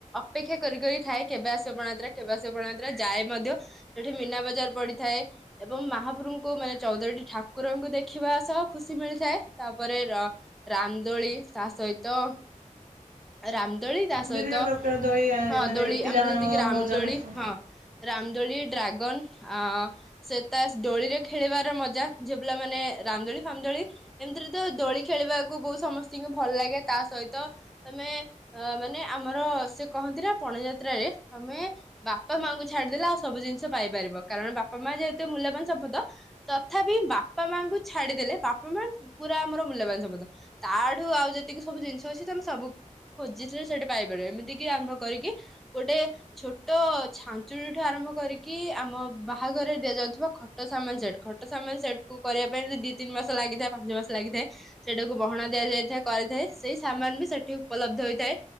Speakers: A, in the centre; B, on the right (about 85°).
A: ଅପେକ୍ଷା କରି କରି ଥାଏ କେବେ ଆସିବ ପଣାତ୍ରା କେବେ ଆସିବ ପଣାତ୍ରା। ଯାଏ ମଧ୍ୟ ସେଠି ମୀନା ବଜାର ପଡିଥାଏ। ଏବଂ ମହାପ୍ରଭୁଙ୍କୁ ମାନେ ଚଉଦରୀଟି ଠାକୁରଙ୍କୁ ଦେଖିବା ସହ ଖୁସି ମିଳିଥାଏ। ତାପରେ ରାନ୍ଦୋଳି ତା ସହିତ ରାମ୍ ଦୋଳି ତା ସହିତ
B: ବିଭିନ୍ନ ପ୍ରକାର ଦୋଳି ଆ,
A: ହଁ
B: ମାନେ
A: ଦୋଳି।
B: ପିଲାମାନଙ୍କ
A: ଆମର ଯେତିକି ରାମ
B: ମଉଜ
A: ଦୋଳି
B: ମସ୍ତି
A: ହଁ। ରାମଦୋଳି ଡ୍ରାଗନ ଆ ସେ ତା ଦୋଳିରେ ଖେଳିବାର ମଜା। ଝିଅ ପିଲା ମାନେ ରାମଦୋଳି ଫାମଦୋଳି ଏମିତିରେ ତ ଦୋଳି ଖେଳିବାକୁ ବହୁତ ସମସ୍ତିଙ୍କୁ ଭଲ ଲାଗେ ତା ସହିତ ତମେ ଅ ମାନେ ଆମର ସେ କହନ୍ତି ନା ପଣାଯାତ୍ରରେ ତମେ ବାପା ମାଙ୍କୁ ଛାଡିଦେଲେ। ଆଉ ସବୁ ଜିନିଷ ପାଇପାରିବ। କାରଣ ବାପା ମା ଯେହେତୁ ମୂଲ୍ୟବାନ ସମ୍ପଦ। ତଥାପି ବାପା ମାଙ୍କୁ ଛାଡିଦେଲେ ବାପା ମା ପୁରା ଆମର ମୂଲ୍ୟବାନ ସମ୍ପଦ ତା ଆଡୁ ଆଉ ଯେତିକି ସବୁ ଜିନିଷ ଅଛି। ତମେ ସବୁ ଖୋଜିଥିଲେ ସେଠି ପାଇପାରିବ। ଏମିତି କିି ଆରମ୍ଭ କରିକି ଗୋଟେ ଛୋଟ ଛାଞ୍ଚୁଣି ଠୁ ଆରମ୍ଭ କରିକି ଆମ ବାହାଘରରେ ଦିଆଯାଉଥିବା। ଖଟ ସାମାନ ସେଟ ଖଟ ସାମାନ ସେଟ କୁ କରିବା ପାଇଁ ଦି ତିନି ମାସ ଲାଗିଥାଏ। ପାଞ୍ଚ ମାସ ଲାଗିଥାଏ ସେଟାକୁ ବହଣ ଦିଆଯାଇଥାଏ କରିଥାଏ ସେଇ ସାମାନ ବି ସେଠି ଉପଲବ୍ଧ ହୋଇଥାଏ।